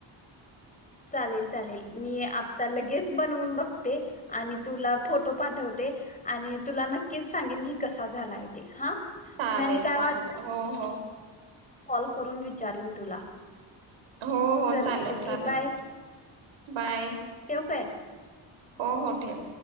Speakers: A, on the left; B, on the right.
A: चालेल चालेल मी आत्ता लगेच बनवून बघते आणि तुला फोटो पाठवते आणि तुला नक्कीच सांगेन की कसा झाला आहे ते हा
B: चालेल
A: नाही काय
B: चालेल
A: वाट
B: हो हो
A: कॉल करून विचारीन तुला
B: हो हो
A: चल
B: चालेल
A: ओके
B: चालेल
A: बाय
B: बाय
A: ठेवू काय
B: हो हो ठेव